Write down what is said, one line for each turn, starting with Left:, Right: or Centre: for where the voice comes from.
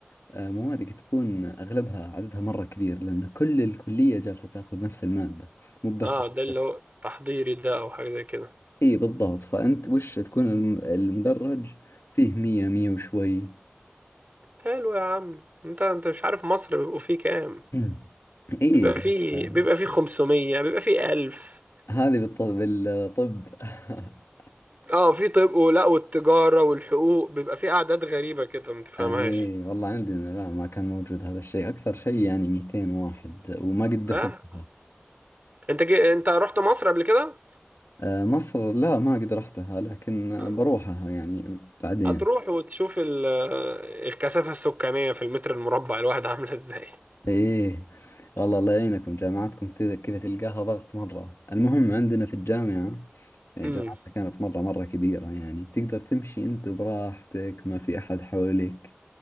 Left: آه، موادك تكون أغلبها عددها مرة كبير لأن كل الكلية جالسة تاخذ نفس المادة مو بس
Right: اه
Left: تخصص.
Right: ده اللي هو تحضيري ده او حاجة زي كده
Left: اي بالضبط فأنت وش تكون الم- المدرج فيه مية مية وشوي
Right: حلو يا عم انت انت مش عارف مصر بيبقوا فيه كام
Left: <clears throat> مم. اي
Right: بيبقى فيه
Left: آه،
Right: بيبقى فيه 500 بيبقى فيه 1000
Left: هذه بالط- بالطب <laughs>
Right: اه في طب ولا والتجارة والحقوق بيبقى في أعداد غريبة كده ما تفهمهاش
Left: اي والله عندنا لا ما كان موجود هذا الشيء اكثر شيء يعني 200 واحد وما قد دخلتها
Right: اه انت جي... انت رحت مصر قبل كده؟
Left: آه، مصر لا ما قد رحتها لكن آه،
Right: آه.
Left: بروحها يعني بعدين
Right: هتروح وتشوف ال... الكثافة السكانية في المتر المربع الواحد عاملة ازاي
Left: ايه والله الله يعينكم جامعاتكم كذا كذا تلقاها ضغط مرة المهم عندنا في الجامعة يعني
Right: امم
Left: جامعتنا كانت مرة مرة كبيرة يعني تقدر تمشي انت براحتك ما في احد حولك